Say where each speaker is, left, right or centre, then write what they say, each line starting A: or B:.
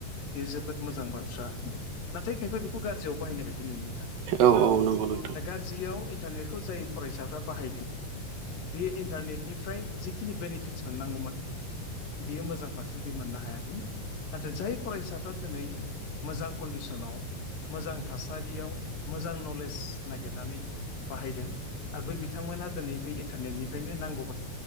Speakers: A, on the left; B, on the right.
A: बेयो जोबोद मोजां बाथ्रा। नाथाय खायफा बेखौ गाज्रियाव बाहायनाय बायदि नुयो नोंथां
B: औ औ नंगौ। नोंथां
A: दा गाज्रियाव इन्टारनेटखौ जाय फरायसाफ्रा बाहायदों बे इन्टारनेटनिफ्राय जिखिनि बेनिफिटस मोननांगौमोन बियो मोजां फारसे बे मोननो हायाखै। नाथाय जाय फरायसाफ्रा दिनै मोजां कन्डिसनाव मोजां थासारियाव मोजां न लेज निरनानै बाहायदों आरो बै बिथांमोना दिनै बै इन्टारनेटनिफ्रायनो नांगौ